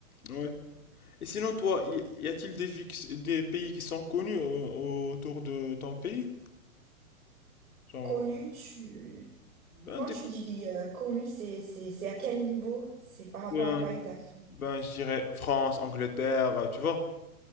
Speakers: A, on the left (about 75°); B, on the right (about 70°).
A: Ouais. Et sinon, toi, y y a-t-il des, vi- des pays qui sont connus au- autour de ton pays? Genre,
B: Connu, tu...
A: ben,
B: Quand
A: des-
B: tu dis euh, connu, c'est, c'est, c'est à quel niveau? C'est par rapport
A: ben,
B: à quoi exactement?
A: ben, je dirais France, Angleterre, euh, tu vois,